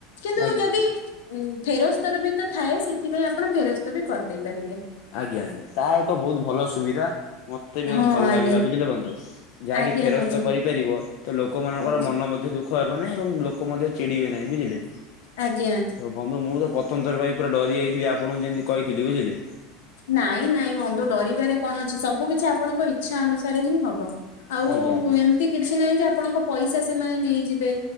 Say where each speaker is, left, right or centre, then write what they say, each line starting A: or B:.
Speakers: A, on the left (about 80°); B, on the left (about 60°).
A: କିନ୍ତୁ
B: ଆଜ୍ଞା
A: ଯଦି ଉଁ ଫେରସ୍ତର ବି ତ ଥାଏ ସେଥିପାଇଁ ଆପଣ ଫେରସ୍ତ ବି କରିଦେଇ ପାରିବେ।
B: ଆଜ୍ଞା ଆଜ୍ଞା ତା ଏକ ବୋହୁତ ଭଲ ସୁବିଧା ମତେ ବି
A: ହଁ
B: ଭଲ
A: ଆଜ୍ଞା
B: ଲାଗିଲା ବୁଝିଲେ ବନ୍ଧୁ। ଯାହାକି
A: ଆଜ୍ଞା
B: ଫେରସ୍ତ
A: ବନ୍ଧୁ
B: କରିପାରିବ ତ ଲୋକମାନଙ୍କର
A: ଆଜ୍ଞା
B: ମନ ମଧ୍ୟ ଦୁଃଖ ହେବନି ଏବଂ ଲୋକ ମଧ୍ୟ ଚିଡିବେ ନାଇଁ ବୁଝିଲେ।
A: ଆଜ୍ଞା।
B: ଦେଖାନ୍ତୁ ମୁଁ ତ ପ୍ରଥମ ଥର ପାଇଁ ପୁରା ଡରିଯାଇଥିଲି ଆପଣଙ୍କୁ ଯେମିତି କହିଥିଲି ବୁଝିଲେ।
A: ନାଇଁ ନାଇଁ ବନ୍ଧୁଡରିବାରେ କଣ ଅଛି ସବୁ କିଛି ଆପଣଙ୍କ ଇଚ୍ଛା ଅନୁସାରେ ହିଁ ହବ ଆଉ
B: ଆଜ୍ଞା ଆଜ୍ଞା
A: ଏମତି କିଛି ନାହିଁ ଯେ ଆପଣଙ୍କ ପଇସା ସେମାନେ ନେଇଯିବେ।